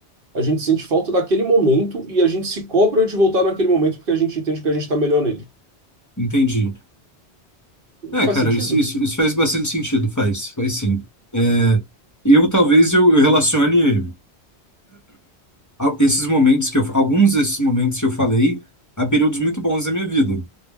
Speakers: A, on the right; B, on the left.
A: a gente sente falta daquele momento e a gente se cobra de voltar naquele momento porque a gente entende que a gente tá melhor nele.
B: entendi. É,
A: Faz
B: cara,
A: sentido?
B: isso, isso, isso faz bastante sentido, faz, faz sim. É, eu talvez eu, eu relacione a- esses momentos que eu, alguns desses momentos que eu falei a períodos muito bons da minha vida.